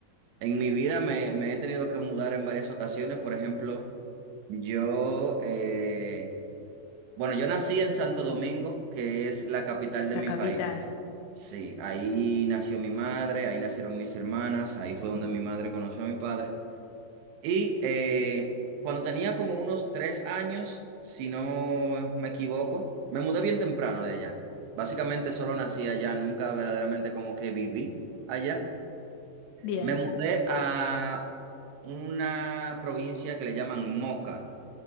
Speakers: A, on the right; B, on the left.
A: En mi vida me, me he tenido que mudar en varias ocasiones. Por ejemplo, yo, eh, bueno, yo nací en Santo Domingo, que es la capital de
B: la
A: mi
B: capital.
A: país. Sí, ahí nació mi madre, ahí nacieron mis hermanas, ahí fue donde mi madre conoció a mi padre. Y eh, cuando tenía como unos tres años, si no me equivoco, me mudé bien temprano de allá. Básicamente solo nací allá, nunca verdaderamente como que viví allá.
B: Bien.
A: Me mudé a una provincia que le llaman Moca.